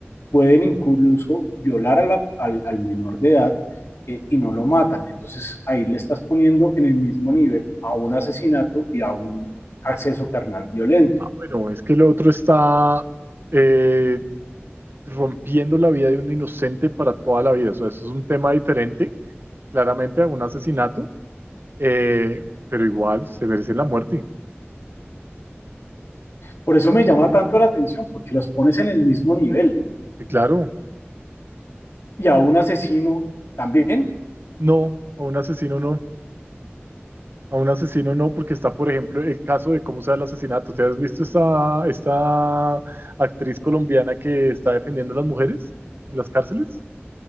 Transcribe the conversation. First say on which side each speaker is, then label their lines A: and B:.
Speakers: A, on the left; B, on the right.
A: pueden incluso violar a la- al, al menor de edad eh, y no lo matan. Entonces ahí le estás poniendo en el mismo nivel a un asesinato y a un acceso carnal violento.
B: Ah, bueno, es que el otro está eh, rompiendo la vida de un inocente para toda la vida. O sea, eso es un tema diferente, claramente, a un asesinato, eh, pero igual se merece la muerte.
A: Por eso me llama tanto la atención, porque los pones en el mismo nivel
B: Y claro,
A: y a un asesino también,
B: no, a un asesino no. A un asesino no, porque está, por ejemplo, el caso de cómo se da el asesinato. ¿Te has visto esta, esta actriz colombiana que está defendiendo a las mujeres en las cárceles?